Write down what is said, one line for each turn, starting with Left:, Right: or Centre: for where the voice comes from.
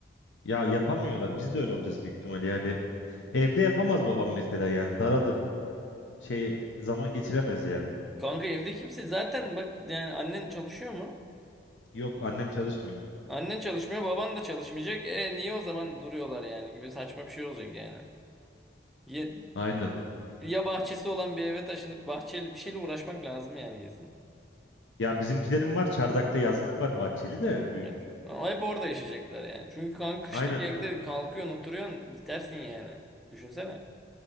Left: Ya yapamıyorlar. Biz de öyle olacağız büyük ihtimal. Yani evde yapamaz babam mesela yani daralır. Şey zaman geçiremez yani.
Centre: Kanka evde kimse zaten bak yani annen çalışıyor mu?
Left: Yok annem çalışmıyor.
Centre: Annen çalışmıyor, baban da çalışmayacak. E niye o zaman duruyorlar yani gibi saçma bir şey olacak yani. Ya,
Left: Aynen.
Centre: ya bahçesi olan bir eve taşınıp bahçeli bir şeyle uğraşmak lazım yani kesin.
Left: Ya bizimkilerim var. Çardak'ta yazlık var. Bahçeli de büyük.
Centre: Evet. Ama Hep orada yaşayacaklar yani. Çünkü kanka kışlık
Left: Aynen.
Centre: evde kalkıyorsun, oturuyorsun, bitersin yani. Düşünsene.